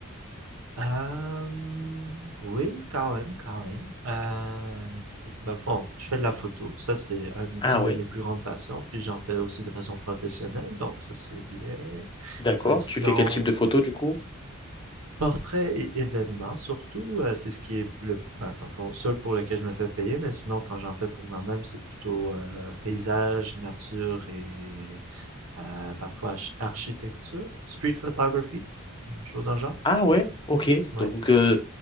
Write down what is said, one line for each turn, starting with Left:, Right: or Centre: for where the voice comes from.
Right: Euh, oui, quand même, quand même. Euh, dans le fond, je fais de la photo. Ça, c'est un-
Left: Ah
Right: une
Left: ouais,
Right: de mes plus grandes passions. Puis j'en fais aussi de façon professionnelle, donc ça, c'est bien.
Left: d'accord.
Right: Euh, sinon,
Left: Tu fais quel type de photo du coup?
Right: Portraits et événements, surtout, euh, c'est ce qui est le, ben, dans le fond, seul pour lequel je me fais payer, mais sinon, quand j'en fais pour moi-même, c'est plutôt euh, paysage, nature et euh, parfois architecture, street photography, une chose dans le genre.
Left: Ah ouais, ok.
Right: Ouais.
Left: Donc, euh,